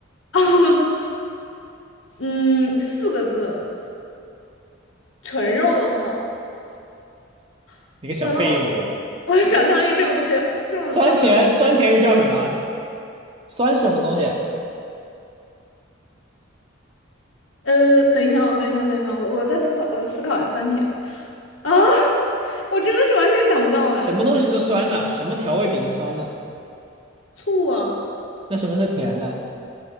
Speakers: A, on the left; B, on the right.
A: <laughs> 嗯，四个字。纯肉的话，<laughs>
B: 你个小废物！
A: 难道我我想象力这么缺，这么这么
B: 酸甜酸甜又叫什么？酸什么东西？
A: 呃？等一下啊，等一下，等一下，我我再思考，我再思考一下酸甜。啊，我真的是完全想不到哎，
B: 什么东西是酸的？什么调味品是酸的？
A: 醋啊，
B: 那什么是甜的？